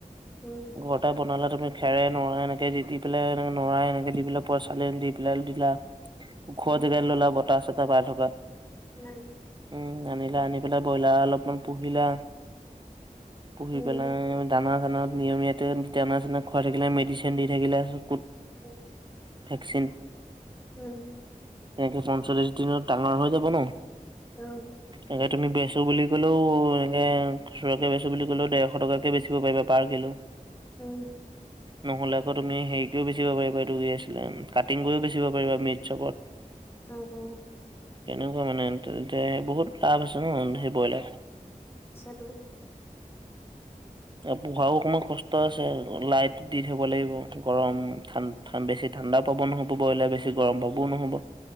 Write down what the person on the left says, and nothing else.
উম!
উম,
উম
উম,
উম!
উম!
অ
উম।
অ অ।
আছাটো।